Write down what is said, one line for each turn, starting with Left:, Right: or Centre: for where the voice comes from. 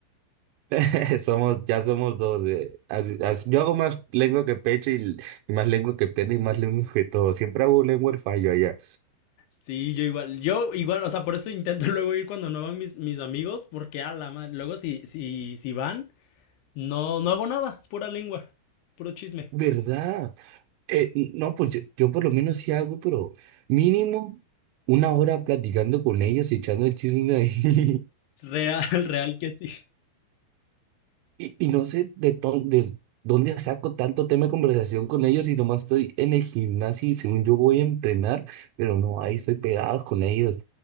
Right: <laughs> Somos, ya somos dos, eh, así- así- yo hago más lengua que pecho y, y más lengua que pierna y más lengua que todo, siempre hago lengua el fallo allá.
Left: Sí, yo igual, yo igual, o sea, por eso intento <laughs> luego ir cuando no van mis, mis amigos, porque a la madre, luego si, si, si van. No, no hago nada, pura lengua, puro chisme.
Right: ¿Verdad? Eh, no, pues yo, yo por lo menos sí hago, pero mínimo una hora platicando con ellos y echando el chisme ahí. <laughs>
Left: Real, <laughs> real que sí.
Right: Y, y no sé de, to- de dónde saco tanto tema de conversación con ellos y nomás estoy en el gimnasio y según yo voy a entrenar, pero no, ahí estoy pegado con ellos.